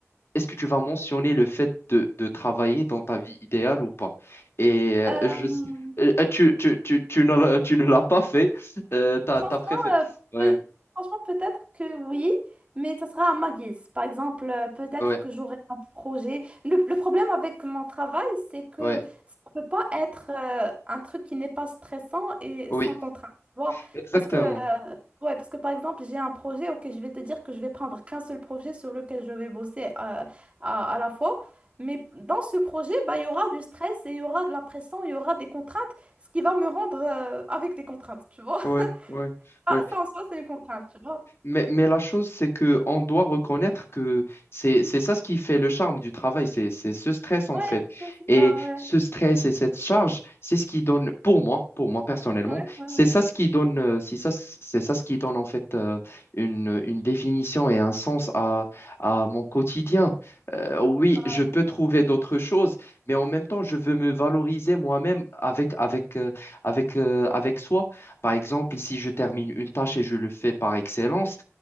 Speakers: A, on the left; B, on the right.
A: est-ce que tu vas mentionner le fait de, de travailler dans ta vie idéale ou pas? Et
B: Euh,
A: euh, je, euh, euh, tu, tu, tu, tu ne l'as tu ne l'as pas fait, euh, t'as,
B: Franchement,
A: t'as préféré.
B: euh,
A: Ouais,
B: peut- franchement, peut-être que oui, mais ça sera à ma guise. Par exemple, euh, peut-être
A: ouais,
B: que j'aurai un projet. Le, le problème avec mon travail, c'est que
A: ouais,
B: ça ne peut pas être euh, un truc qui n'est pas stressant et
A: oui,
B: sans contrainte. Tu vois?
A: exactement.
B: Parce que, euh, ouais, parce que, par exemple, j'ai un projet, ok, je vais te dire que je vais prendre qu'un seul projet sur lequel je vais bosser euh, à, à la fois. Mais dans ce projet, bah, il y aura du stress et il y aura de la pression, il y aura des contraintes, ce qui va me rendre euh, avec des contraintes, tu vois?
A: Ouais, ouais,
B: Ah,
A: ouais.
B: ça en soi, c'est une contrainte, tu vois.
A: Mais, mais la chose, c'est que on doit reconnaître que c'est c'est ça ce qui fait le charme du travail, c'est c'est ce stress en
B: Ouais,
A: fait.
B: ok, c'est
A: Et
B: ça, ouais.
A: ce stress et cette charge, c'est ce qui donne, pour moi, pour moi personnellement,
B: Ouais, ouais,
A: c'est
B: ouais.
A: ça ce qui donne, euh, c'est ça, c'est ça ce qui donne en fait euh, une, une définition et un sens à, à mon quotidien. Euh, oui,
B: Ouais,
A: je peux trouver d'autres choses, mais en même temps, je veux me valoriser moi-même avec avec euh, avec euh, avec soi. Par exemple, si je termine une tâche et je le fais par excellence,